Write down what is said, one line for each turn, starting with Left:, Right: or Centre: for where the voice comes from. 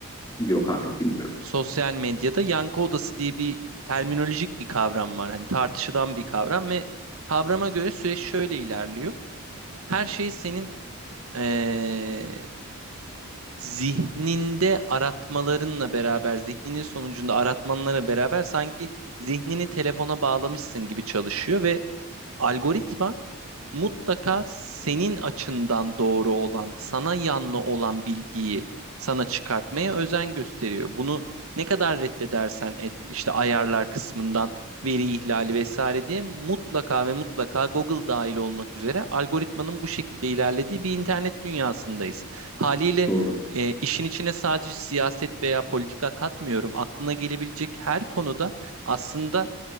Left: Yok hayır bilmiyorum.
Right: Sosyal medyada yankı odası diye bir terminolojik bir kavram var. Hani tartışılan bir kavram ve kavrama göre süreç şöyle ilerliyor. Her şeyi senin eee, zihninde aratmalarınla beraber, zihninin sonucunda aratmanlara beraber sanki zihnini telefona bağlamışsın gibi çalışıyor ve Algoritma mutlaka senin açından doğru olan, sana yanlı olan bilgiyi sana çıkartmaya özen gösteriyor. Bunu ne kadar reddedersen et, işte ayarlar kısmından veri ihlali vesaire diye mutlaka ve mutlaka Google dahil olmak üzere algoritmanın bu şekilde ilerlediği bir internet dünyasındayız. Haliyle
Left: Doğru.
Right: e, işin içine sadece siyaset veya politika katmıyorum. Aklına gelebilecek her konuda aslında